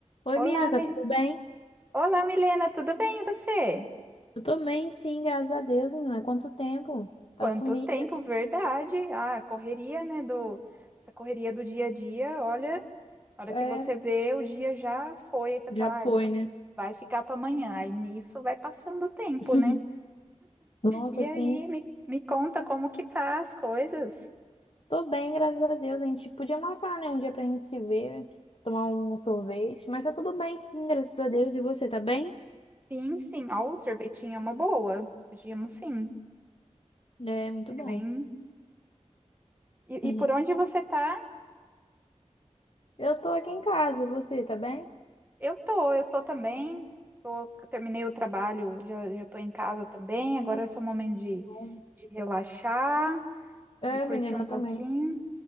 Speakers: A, on the left; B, on the right.
A: Oi,
B: Olá,
A: Bianca,
B: Mi...
A: tudo bem?
B: Olá, Milena, tudo bem e você?
A: Eu tô bem, sim, graças a Deus, menina. Quanto tempo? Tá
B: Quanto
A: sumida.
B: tempo, verdade? Ah, a correria, né, do... Essa correria do dia a dia, olha, a hora
A: É,
B: que você vê, o dia já foi, aí você
A: já
B: fala,
A: foi,
B: ai, vou-
A: né?
B: vai ficar para amanhã, aí nisso vai passando o tempo,
A: <laughs>
B: né?
A: Nossa,
B: E aí,
A: sim.
B: me, me conta como que tá as coisas?
A: Tô bem, graças a Deus. A gente podia marcar, né, um dia pra gente se ver, tomar um sorvete, mas tá tudo bem, sim, graças a Deus. E você, tá bem?
B: Sim, sim, ó, o sorvetinho é uma boa, podíamos sim,
A: É,
B: vai
A: muito
B: ser
A: bom.
B: bem... E,
A: <laughs>
B: e por onde você tá?
A: Eu tô aqui em casa, e você, tá bem?
B: Eu tô, eu tô também. Tô, terminei o trabalho, já, já tô em casa também. Agora é só o momento de,
A: Bom.
B: de relaxar,
A: É,
B: de curtir
A: menina,
B: um
A: eu
B: pouquinho.
A: também.